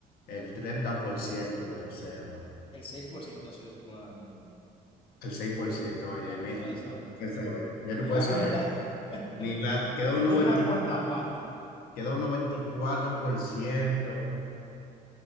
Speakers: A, on the left; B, on the left.
A: el 30% del océano,
B: el 6% ha sido explorado, nada más.
A: el 6%, oye,
B: Ya
A: mi-
B: tú puedes
A: ya
B: saber.
A: tú puedes saber, ya
B: Ni
A: tú puedes
B: la mitad,
A: saber.
B: <laughs>
A: Ni la, queda un
B: ni
A: 90
B: una cuarta parte
A: queda un 94%